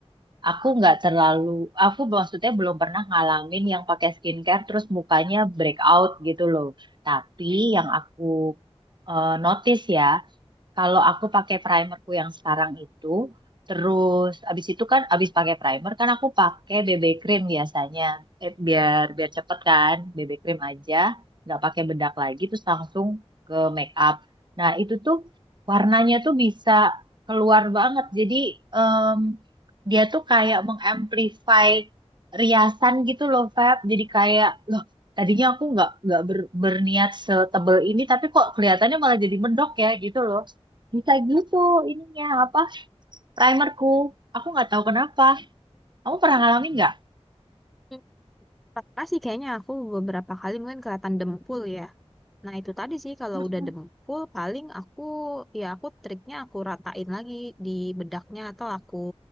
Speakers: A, on the right (about 45°); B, in the centre.
A: aku nggak terlalu, aku maksudnya belum pernah ngalamin yang pakai skincare terus mukanya breakout gitu loh. Tapi yang aku eh, notice ya, kalau aku pakai primerku yang sekarang itu, terus abis itu kan abis pakai primer kan aku pakai BB cream biasanya, eh, biar biar cepet kan, BB cream aja, nggak pakai bedak lagi, terus langsung ke make up. Nah itu tuh warnanya tuh bisa keluar banget, jadi em, dia tuh kayak mengamplify riasan gitu loh, Feb. Jadi kayak loh tadinya aku nggak nggak ber- berniat setebel ini tapi kok kelihatannya malah jadi mendok ya gitu loh bisa gitu ininya apa primerku. Aku nggak tahu kenapa. Kamu pernah ngalamin nggak?
B: Hmm, Pernah sih kayaknya aku beberapa kali mungkin kelihatan dempul ya. Nah itu tadi sih kalau
A: Mm-mm.
B: udah dempul paling aku ya aku triknya aku ratain lagi di bedaknya atau aku